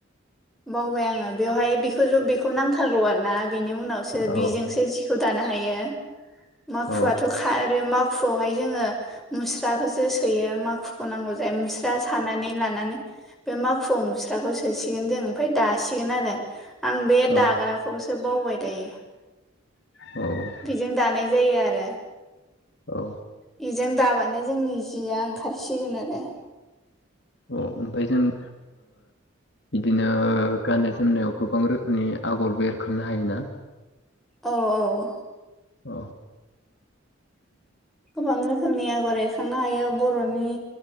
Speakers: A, in the centre; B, on the left.
A: बावबाय आङो बेवहाय बेखौ ज बेखौ नांथारगौ आरोना बिनि उनावसो
B: औ
A: बिजोंसो जि दानो हायो माखुवथ'
B: औ
A: माखुआवहाय जोङो मुस्राखौसो सोयो माखुखौ नांगौ जायो मुस्रा थानानै लानानै बे माखुवआव मुस्राखौ सोसिगोन जों ओमफफ्राय दासिगोन आरो आं बे
B: औ
A: दाग्राखौसो बावबाय दायो
B: औ
A: बेजों दानाय जायो आरो
B: औ
A: बेजों दाबानो जोंनि जिया ओंखारसिगोन आरो
B: अ ओमफ्राय जों बिदिनो गाननाय जोमनायाव गोबां रोखोमनि आगरबो एरखांनो हायोना?
A: औ औ
B: अ
A: गोबां रोखोमनि आगर एरखांनो हायो बर'नि